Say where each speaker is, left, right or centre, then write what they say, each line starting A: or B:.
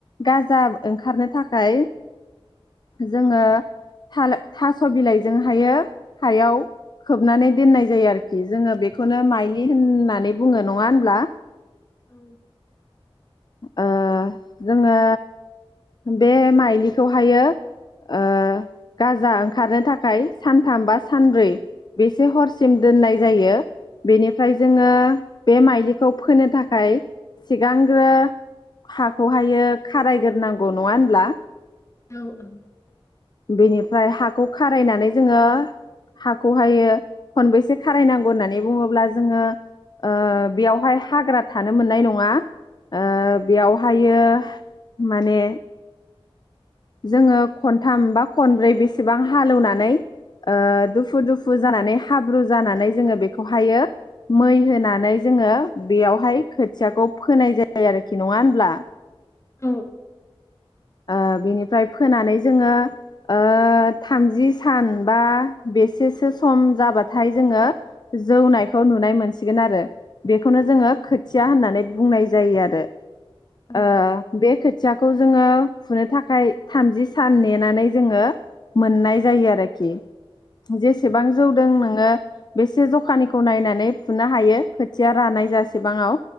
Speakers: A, on the left; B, on the left.
A: गाजा ओंखारनो थाखाय जोङो थाले थास' बिलाइजोंहायो हायाव खोबनानै दोननाय जायो आरोखि जोङो बेखौनो माइलि होननानै बुङो नङा होनब्ला?
B: औ
A: ओ जोङो बे माइलिखौहायो ओ गाजा ओंखारनो थाखाय सानथाम बा सानब्रै बेसे हरसिम दोननाय जायो बेनिफ्राय जोङो बे माइलिखौ फोनो थाखाय सिगांग्रो हाखौहायो खारायग्रोनांगौ नङा होनब्ला?
B: औ औ
A: बेनिफ्राय हाखौ खारायनानै जोङो हाखौहायो खनबेसे खारायनांगौ होननानै बुङोब्ला जोङो ओ बेयावहाय हाग्रा थानो मोननाय नङा ओ बेयावहायो माने जोङो खनथाम बा खनब्रै बेसेबां हालौवनानै ओ दुफु दुफु जानानै हाब्रु जानानै जोङो बेखौहायो मै होनानै जोङो बेयावहाय खोथियाखौ फोनाय जायो आरोखि नङा होनब्ला?
B: औ
A: ओ बेनिफ्राय फोनानै जोङो ओ थामजि सान बा बेसेसो सम जाबाथाय जोङो जौनायखौ नुनाय मोनसिगोन आरो बेखौनो जोङो खोथिया होननानै बुंनाय जायो आरो ओ
B: औ
A: बे खो थियाखौ जोङो फुनो थाखाय थामजि सान नेनानै जोङो मोननाय जायो आरोखि‌। जेसेबां जौदों नोङो बेसे जखानिखौ नायनानै फुनो हायो खोथिया रानाय जासेबाङाव